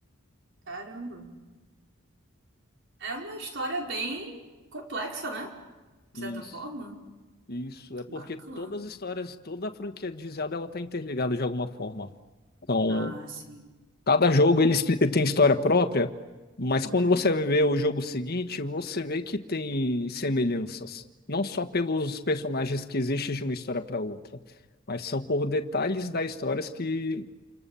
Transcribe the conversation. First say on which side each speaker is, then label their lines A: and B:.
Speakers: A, on the right; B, on the left.
A: caramba. É uma história bem complexa, né? De
B: Isso,
A: certa forma.
B: isso. É porque
A: Bacana.
B: todas as histórias, toda a franquia de Zelda, ela tá interligada de alguma forma. Então
A: Ah, sim.
B: Cada jogo ele expli- tem história própria, mas
A: Uhum.
B: quando você vê o jogo seguinte, você vê que tem semelhanças. Não só pelos personagens que existem de uma história para outra, mas são por detalhes das histórias que